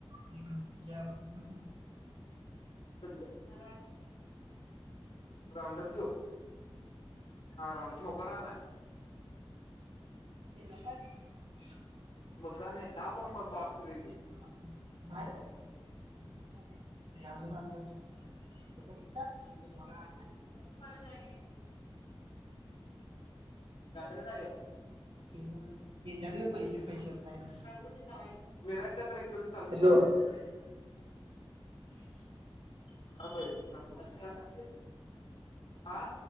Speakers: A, on the right; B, on the left.
A: तिनं तिच्या हितन <unintelligible>
B: <unintelligible> राऊंडप देऊ? हा राऊंडअप मोकळं रानाय.
A: ते न का का <unintelligible>
B: मोट्यान नाही, धापंपा <unintelligible> बास करूया की.
A: <unintelligible> अजून आता थांबतो
B: म्ह <unintelligible>
A: मला
B: <unintelligible> रात्री काय झाल?
A: येणार नाही, येत्यात ग पैशे, पैशाच काय नाही.
B: <unintelligible> दावायच, मीरा एकत्र केल तर चालतं
A: हॅलो
B: नां मगं?
A: <inaudible>
B: हां <unintelligible> पाहिजे सांगतो लक्षू आलंता इकडं हां <unintelligible> आ